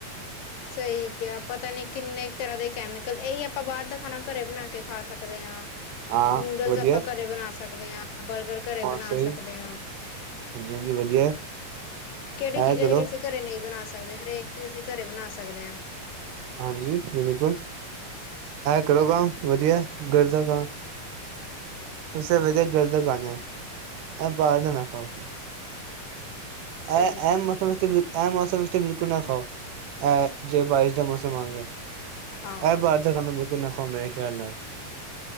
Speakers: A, on the left (about 80°); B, on the right (about 75°).
A: ਸਹੀ ਕਿਹਾ ਪਤਾ ਨੀ ਕਿੰਨੇ ਤਰ੍ਹਾਂ ਦੇ ਕੈਮੀ ਕਲ ਇਹੀ ਆਪਾਂ ਬਾਹਰ ਦਾ ਖਾਣਾ ਘਰੇ ਬਣਾ ਕੇ ਖਾ ਸਕਦੇ ਹਾਂ
B: ਹਾਂ
A: ਨੂਡਲਸ
B: ਵਧੀਆ
A: ਆਪਾਂ ਘਰੇ ਬਣਾ ਸਕਦੇ ਆ ਬਰਗਰ- ਘਰੇ
B: ਹੋਰ
A: ਬਣਾ
B: ਸਹੀ
A: ਸਕਦੇ ਆ
B: ਹਾਂਜੀ ਹਾਂਜੀ ਵਧੀਆ
A: ਕਿਹੜੀ
B: ਹੈ।
A: ਚੀਜ਼ਾਂ
B: ਐ ਕਰੋ
A: ਜਿਹੜੀ ਅ ਘਰੇ ਨਹੀ ਬਣਾ ਸਕਦੇ ਹਰੇਕ ਚੀਜ਼ ਅਸੀ ਘਰੇ ਬਣਾ ਸਕਦੇ ਆ।
B: ਹਾਂਜੀ, ਬਿਲਕੁਲ ਕਰੋ ਕੰਮ ਵਧੀਆ ਗਰ ਦਾ ਕੰਮ <unintelligible> ਬਾਹਰ ਦਾ ਨਾ ਖਾਓ
A: ਸਹੀ
B: ਅ
A: ਕਿਹਾ
B: ਐ ਮਤਲਬ ਇਹ ਮੌਸਮ ਇਸ ਤੇ ਬਿਲਕੁਲ ਨਾ ਖਾਓ ਇਹ ਜੇ ਬਾਰਿਸ਼ ਦਾ ਮੌਸਮ ਆ ਗਿਆ
A: ਹਾਂ
B: ਐ ਬਾਹਰ ਦਾ ਤਾਂ ਬਿਲਕੁਲ ਨਾ ਖਾਓ ਮੇਰੇ ਖਿਆਲ ਨਾਲ